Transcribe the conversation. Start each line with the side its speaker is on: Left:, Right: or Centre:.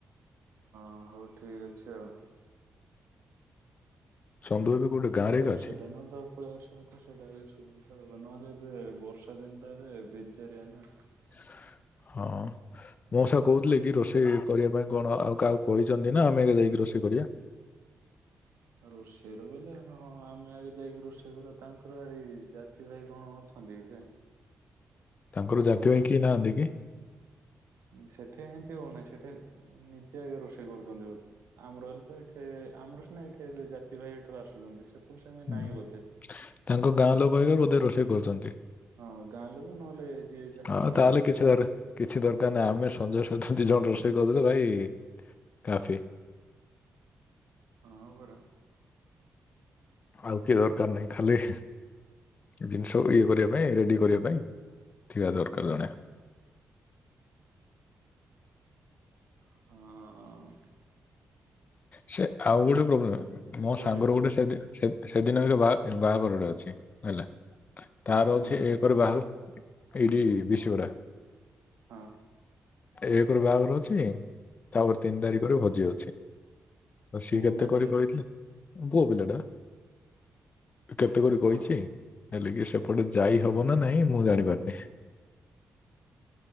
Right: ହଁ ହଉ ଠିକ୍ ଅଛି ଆଉ।
Left: ଛନ୍ଦୁ ଏବେ ଗୋଟେ ଗାଁରେ
Right: ସେଇଟା
Left: ଏକା ଅଛି
Right: ସେଇଟା ନୁହଁତ ଆଉ। ପଳେଇ ଆସିବା କଥା ସେଇଟା ସୁବିଧା ହବ ନହେଲେ ଏବେ ବର୍ଷା ଦିନଟାରେ ବେଜାରିଆ ନା।
Left: ହଁ। ମୋଉସା କହୁଥିଲେ କି ରୋଷେଇ କରିବା ପାଇଁ କଣ ଆଉ କାହାକୁ କହିଛନ୍ତି ନା ଆମେ ଏକା ଯାଇକି ରୋଷେଇ କରିବା?
Right: ରୋଷେଇ ର ବେଲେ ହଁ ଆମେ ଆଗେ ଯାଇକି ରୋଷେଇ କରିବା ତାଙ୍କର ଆଜି ଯା ଜାତି ଭାଇ କଣ ଅଛନ୍ତି କି ସେ।
Left: ତାଙ୍କର ଜାତି
Right: ଆମର
Left: ଭାଇ କିଏ ନାହାନ୍ତି କି
Right: ଉଁ ସେଠି ଏମିତି ହଉ ନାଇଁ ସେଠି ନିଜେ ରୋଷେଇ କରୁଛନ୍ତି ବୋଧେ? ଆମର ହେଲେତ ଏଠି ଆମରସିନା ଏଠି ଜାତି ଭାଇ ଏଠୁ ଆସୁଛନ୍ତି ସେପଟେ ସେମିତି
Left: ହୁଁ।
Right: ନାଇଁ ବୋଧେ?
Left: ତାଙ୍କ ଗାଁ ଲୋକ ହଇକା ବୋଧେ ରୋଷେଇ କରୁଛନ୍ତି।
Right: ହଁ ଗାଁ ଲୋକ ନହେଲେ ଯିଏ ଯାହା
Left: ହଁ
Right: କୁଣିଆ
Left: ତାହେଲେ
Right: ଆସିଥିବେ।
Left: କିଛି ଦର କିଛି ଦରକାର୍ ନାହି ଆମେ ସଂଞ୍ଜ ସୁଧା ଦିଜଣ ରୋଷେଇ କରିଦେଲେ ଭାଇ କାଫି।
Right: ହଁ ପରା।
Left: ଆଉ କିଏ ଦରକାର୍ ନାଇଁ ଖାଲି ଜିନିଷ ଇଏ କରିବା ପାଇଁ ରେଡି କରିବା ପାଇଁ ଥିବା ଦରକାର୍ ଜଣେ।
Right: ହଁ।
Left: ସେ ଆଉ ଗୋଟେ ପ୍ରୋବ୍ଲେମେ ମୋ
Right: ପରି
Left: ସାଙ୍ଗର ଗୋଟେ ସେଠି ସେ ସେଦିନ ଏକା ବା ବାହାଘର ଗୋଟେ ଅଛି ହେଲା ତାର
Right: କୋଉଠି
Left: ଅଛି ଏ ପରେ ବାହୁ ଏଇଠି ବିଷିଗଢା।
Right: ହଁ
Left: ଏକରୁ ବାହାଘର ଅଛି ତାପରେ ତିନି ତାରିଖରେ ଭୋଜି ଅଛି। ଆଉ ସିଏ
Right: ପୁଅ
Left: କେତେ
Right: ନା
Left: କରିପକେଇଥିଲା
Right: ଝିଅ?
Left: ଉଁ ପୁଅ ପିଲାଟା। କେତେ କରି
Right: ହଁ
Left: କହିଛି ହେଲେ କି ସେପଟେ ଯାଇ ହବ ନାଁ ନାଇଁ ମୁଁ ଜାଣି ପାରୁନି।